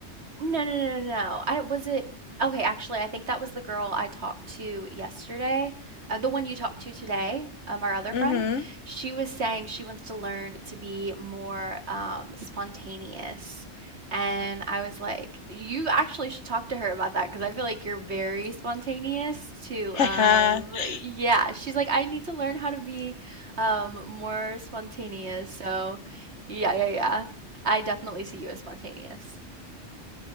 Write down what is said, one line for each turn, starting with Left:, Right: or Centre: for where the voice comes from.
Right: No, no, no, no. no. I was it. Okay, actually, I think that was the girl I talked to yesterday. Uh, the one you talked to today, um, our other
Left: Mm-hmm.
Right: friend. She was saying she wants to learn to be more um, spontaneous. And I was like, you actually should talk to her about that because I feel like you're very spontaneous too.
Left: Haha.
Right: Um,
Left: <laughs>
Right: yeah, she's like, I need to learn how to be um, more spontaneous. So, yeah, yeah, yeah. I definitely see you as spontaneous.